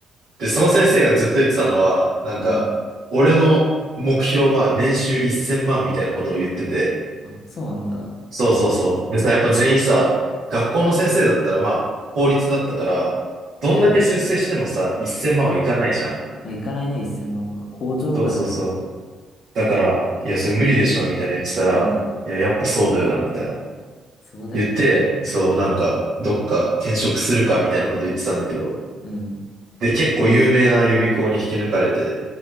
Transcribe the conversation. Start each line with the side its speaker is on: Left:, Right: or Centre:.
Right: で、その先生がずっと言ってたのは、なんか、
Left: うん。
Right: 俺の目標は年収1000万みたいなことを言ってて、
Left: あ、そうなんだ。
Right: そうそうそう。でさ、やっぱ全員さ、学校の先生だったらまあ、法律だったから、どんだけ出世してもさ、
Left: うん。
Right: 1000万はいかないじゃん。
Left: まあ、行かないね、一千万は。校長とかじゃないの。
Right: そうそうそう。だから、いや、それ無理でしょ、みたいな言ってたら、
Left: うん。
Right: いや、やっぱそうだよな、みたいな。
Left: そうだよね。
Right: 言って、そう、なんか、どっか転職するか、みたいなこと言ってたんだけど、
Left: うん。
Right: で、結構有名な予備校に引き抜かれて、